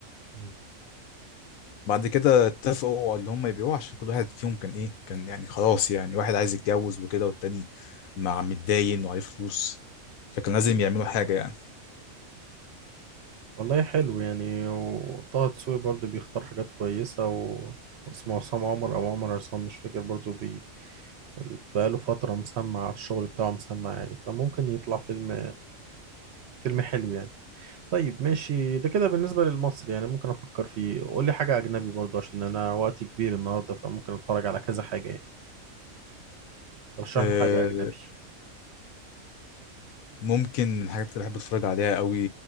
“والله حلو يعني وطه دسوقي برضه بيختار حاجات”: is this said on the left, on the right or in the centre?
Right